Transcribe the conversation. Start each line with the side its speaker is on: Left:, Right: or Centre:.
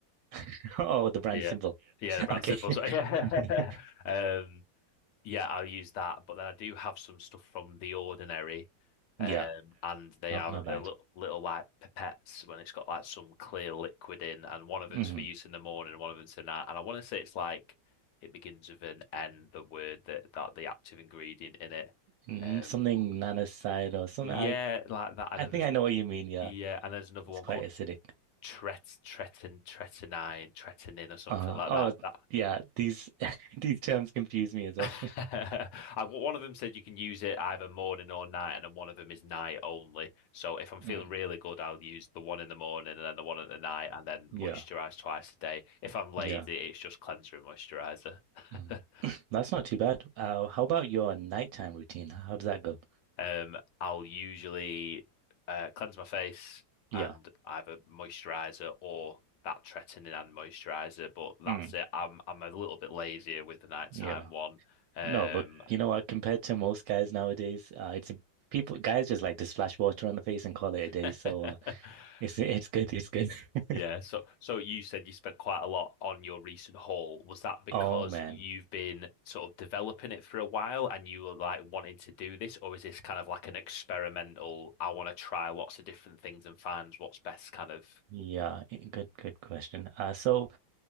Right: <laughs> Oh, the brand
Left: Yeah.
Right: symbol.
Left: Yeah, the
Right: <laughs>
Left: brand
Right: Okay.
Left: simple. So, yeah.
Right: <laughs>
Left: <laughs> Um, yeah, I'll use that. But then I do have some stuff from The Ordinary, um,
Right: Yeah.
Left: and they
Right: Not
Left: are
Right: not Yeah.
Left: they're little,
Right: bad.
Left: little like pipettes when it's got like some clear liquid in, and one of them's
Right: hmm
Left: for use in the morning, and one of them's for night. And I want to say it's like it begins with an N, the word that that the active ingredient in it.
Right: Mm,
Left: Um,
Right: something nanoside or something.
Left: yeah,
Right: I
Left: like that. And
Right: I
Left: then
Right: think
Left: there's
Right: I know what you mean. Yeah.
Left: yeah, and there's another
Right: It's
Left: one
Right: quite
Left: called
Right: acidic.
Left: tret tretin tretinine, tretinin or something
Right: Uh,
Left: like
Right: oh
Left: that. That
Right: yeah. These <laughs> these terms confuse me as
Left: <laughs>
Right: well. <laughs> <clears throat>
Left: And one of them said you can use it either morning or night, and then one of them is night only. So if I'm feeling
Right: Mm.
Left: really good, I'll use the one in the morning and then the one at the night, and then moisturize
Right: Yeah.
Left: twice a day. If I'm lazy,
Right: Yeah. Like,
Left: it's just cleanser and moisturizer.
Right: Mm.
Left: <laughs>
Right: <clears throat> That's not too bad. Uh, how about your nighttime routine? How does that go?
Left: Um, I'll usually uh, cleanse my face
Right: Yeah.
Left: and either moisturizer or that tretinoin and moisturizer, but that's
Right: Mm.
Left: it. I'm I'm a little bit lazier with the nighttime
Right: Yeah.
Left: one. Um,
Right: No, but you know what? Compared to most guys nowadays, uh, it's people guys just like to splash water on the face and call it a day.
Left: <laughs>
Right: So uh, it's it's good. It's good. <laughs>
Left: Yeah, so so you said you spent quite a lot on your recent haul. Was that because
Right: Oh man.
Left: you've been sort of developing it for a while and you were like wanting to do this, or is this kind of like an experimental, I want to try lots of different things and find what's best kind of
Right: Yeah, i- good good question. Uh, so